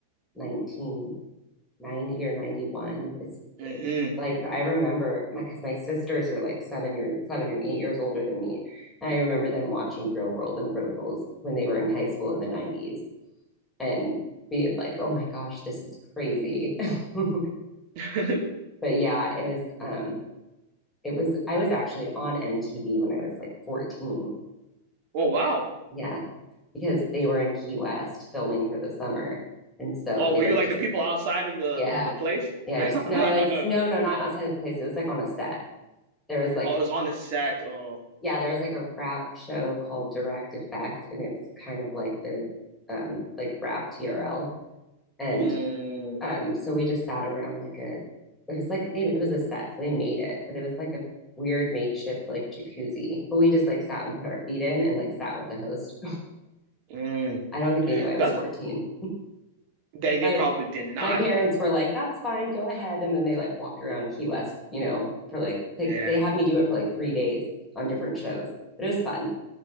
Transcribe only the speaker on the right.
hmm
<laughs>
Oh wow.
Oh,
were you
like
the people outside of the
the, the place?
<laughs>
Oh, it was on the set. Oh,
mm,
mm.
That's
they they
probably did not
know.
Yeah,